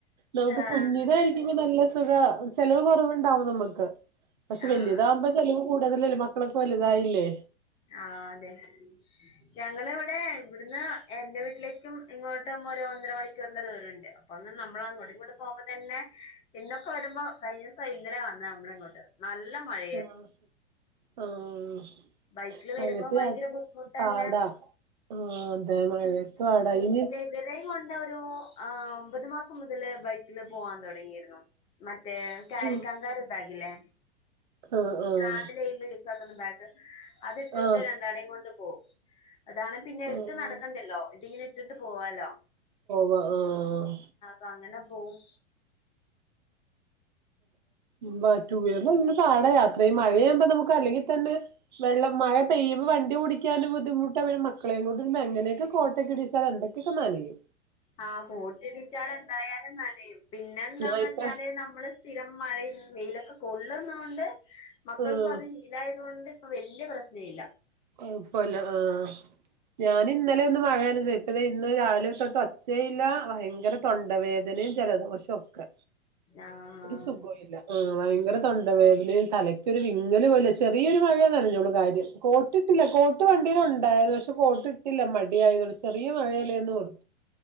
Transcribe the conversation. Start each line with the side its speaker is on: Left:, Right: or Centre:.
Right: നമുക്ക്
Left: ആഹ്
Right: കുഞ്ഞിത ക്കുമ്പ നല്ല സുഖാ ചെലവ് കൊറവ്ണ്ടാവുന്നമ്മക്ക് പഷെ
Left: ആഹ്
Right: വെല്ല്യതാമ്പോ ചെലവ് കൂ അതന്നല്ലേ മക്കളൊക്കെ വല്തായില്ലേ
Left: ആഹ് അതെ ഞങ്ങളിവിടെ ഇവിടുന്ന് എന്റെ വീട്ടിലേക്കും ഇങ്ങോട്ടും ഒര് ഒന്നര മണിക്കൂറിന്റെ ദൂരണ്ട് ഒന്ന് നമ്മളങ്ങോട്ടിങ്ങോട്ട് പോമ്പതന്നെ ഇന്നൊക്കെ വരുമ്പോ കഴിഞ്ഞൂസൊ ഇന്നലെ വന്നെ അമ്മളിങ്ങോട്ട് നൽ മഴ്
Right: ആഹ് ആഹ്
Left: ബൈക്കില്
Right: മഴത്
Left: വരുമ്പോ ഭയങ്കര ബുദ്ധിമുട്ടന്നെ
Right: പാടാ ആഹ് അതെ മഴത്തുവാടാ ഇനി
Left: വരെം കൊണ്ടൊരു ആ ഒമ്പത് മാസം മുതല് ബൈക്കില് പോവാൻ തൊടങ്ങിയിരുന്നു മറ്റേ കാരി
Right: ഉം
Left: കങ്കാരു ബാഗില്ലേ
Right: ആഹ് ആഹ്
Left: ട്രാവലെയ്റ്റ് താക്ക്ന്ന ബാഗ് അത്ട്ടിട്ട്
Right: ആഹ്
Left: രണ്ടാളെം കൊണ്ട് പോം അതാണെ പിന്നെ എട്ത്ത്
Right: ആഹ്
Left: നടക്കണ്ടെല്ലോ ഇതിങ്ങ്നെ ഇട്ടിട്ട് പോവാലോ
Right: വ ആഹ്
Left: പങ്ങന പോവും
Right: ബാ റ്റൂ വീലർല്യ പാടാ യാത്രെയീ മഴയാമ്പോ നമുക്കല്ലെങ്കി തന്നെ വെള്ളം മഴ പെയ്യുമ്പം വണ്ടി ഉടിക്കാനും ബുദ്ധിമുട്ട പിന്നെ മക്കളെം കൊണ്ട് എങ്ങനെക്കെ കോട്ടക്കെടിച്ചാലെന്തെ പ്പം നാലില്
Left: ആഹ് കോട്ടിടിച്ചാലെന്തായാലും നനയും പിന്നെന്താന്നെച്ചാല്
Right: ഞാൻ ഇപ്പ
Left: നമ്മള് സ്ഥിരം മഴെം വെയിലൊക്കെ കൊള്ളുന്നോണ്ട് മക്കൾക്കുവത്
Right: ആഹ്
Left: ശീ ഇതായത് കൊണ്ട് ഇപ്പ വല്ല്യ പ്രശ്നല്ല
Right: കൊഴപ്പല ആഹ് ഞാനിന്നെലൊന്നു മഴ നനഞ്ഞെ ഇപ്പതേ ഇന്ന് രാവിലെ തൊട്ട് ഒച്ചേയ്ല്ല ഭയ്ങ്കര തൊണ്ടവേദനെം ജലദോഷൊക്കെ
Left: ആഹ്
Right: ഒരു സുഖൊല്ല ആഹ് ഭയ്ങ്കര തൊണ്ട വേദനേം തലയ്ക്കൊരു വിങ്ങല് പോലെ ചെറിയൊരു മഴേ നനഞ്ഞോള്ളൂ കാര്യം ട്ടിട്ടില്ല കോട്ട് വണ്ടിയിലൊണ്ടായ്ര്ന്നു പഷെ കോട്ടിട്ടില്ല മടിയായ്തോണ്ട് ചെറിയ മഴെല്ലേന്നോർ